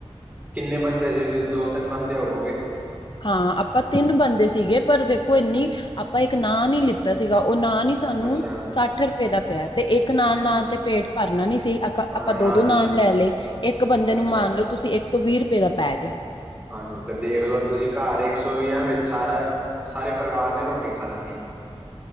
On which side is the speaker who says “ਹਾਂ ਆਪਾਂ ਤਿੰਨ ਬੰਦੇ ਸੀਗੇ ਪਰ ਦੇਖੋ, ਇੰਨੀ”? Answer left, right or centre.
Left